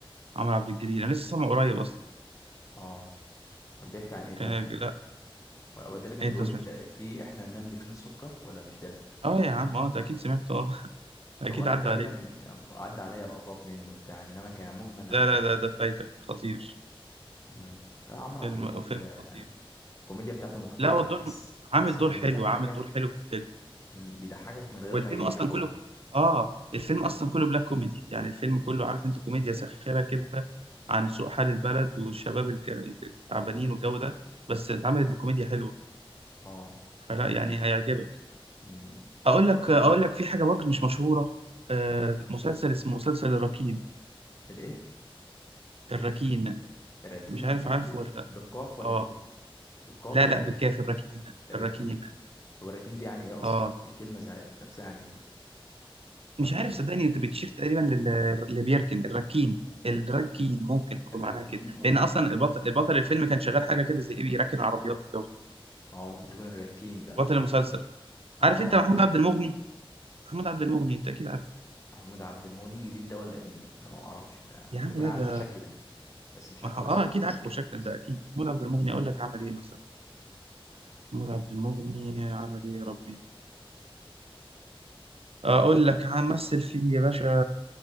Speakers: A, on the right; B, on the left.
A: عمرو عبد الجليل انا لسه سامعه قريب اصلا
B: اه كان بيحكي عن ايه طيب
A: كان لا
B: و- هو ده اللي كان
A: إيه،
B: بيقول
A: انت ما سمعتوش
B: في احنا النمل فين السكر ولا مش ده
A: اه يا عم اه انت اكيد سمعته اه <laughs> اكيد
B: هو انا
A: عدى
B: تقريبا
A: عليك
B: عدى عليا لقطات منه بتاع انما كان مجمل انا
A: لا
B: مع
A: لا لا ده فايتك خطير
B: مم. لا عمرو
A: فيلم
B: عبد الجليل
A: فيلم
B: يعني
A: خطير
B: الكوميديا بتاعته مختلفة
A: لا هو الدور
B: تحس تحس
A: عامل دور
B: ان هو
A: حلو
B: بيضحكك
A: عامل دور حلو في الفيلم
B: مم، بيضحكك من غير
A: والفيلم
B: ما يضحك
A: اصلا
B: هو
A: كله اه الفيلم اصلا كله بلاك كوميدي يعني الفيلم كله عارف انت كوميديا ساخرة كده عن سوء حال البلد والشباب الك- التعبانين والجو ده بس اتعملت بكوميديا حلوة
B: اه
A: فلا يعني هيعجبك
B: مم.
A: اقول لك
B: طب
A: اقول لك في حاجه برضو مش مشهوره آه، مسلسل اسمه مسلسل الركين
B: الايه
A: الركين
B: الراكين
A: مش عارف
B: ب...
A: عارفه
B: ب...
A: ولا لا
B: بالقاف ولا
A: اه
B: ب... بالقاف
A: لا
B: ولا
A: لا بالكاف
B: ب...
A: الركين
B: الراكين
A: الركين
B: هو الراكين دي يعني ايه اصلا
A: اه
B: الكلمه زي... نفسها يعني ايه
A: مش
B: ولا
A: عارف
B: ما ما-
A: صدقني انت بتشير تقريبا لل- اللي بيركن الركين الركين ممكن تبقى
B: الراكين
A: معناها كده
B: ممكن
A: لان اصلا البطل, البطل الفيلم كان شغال حاجه كده زي ايه بيركن عربيات والجو ده
B: اه ممكن تكون الراكين بقى
A: بطل المسلسل
B: اه
A: عارف انت
B: اه
A: محمود عبد المغني محمود عبد المغني انت اكيد عارفه
B: محمود عبد المغني جديد ده ولا قديم انا ما اعرفش ممكن
A: يا عم
B: اكون
A: لا
B: عارفه
A: ده
B: شكلا بس مش عارفه
A: ما هو-
B: اسم
A: اه اكيد عارفه شكلا ده اكيد محمود عبد المغني اقول لك عمل ايه مثلا محمود عبد المغني عمل ايه يا ربي اقول لك مثل فيه يا باشا